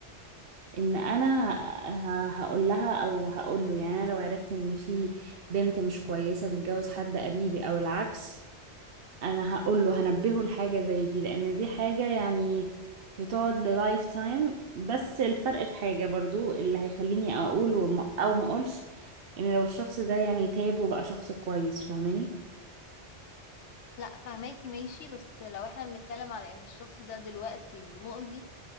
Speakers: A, on the right (about 60°); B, on the left (about 80°).
A: إن أنا ه- هقول لها أو هقول له يعني أنا لو عرفت إن في بنت مش كويسة تتجوز حد قريبي أو العكس أنا هقول له هنبهه لحاجة زي دي لأن دي حاجة يعني بتقعد للايف تايم بس الفرق في حاجة برضو اللي هيخليني أقول وما- أو ما أقولش إن لو الشخص ده يعني تاب وبقى شخص كويس فاهماني
B: لا فهماكي ماشي بس لو احنا بنتكلم على ان الشخص ده دلوقتي مؤذي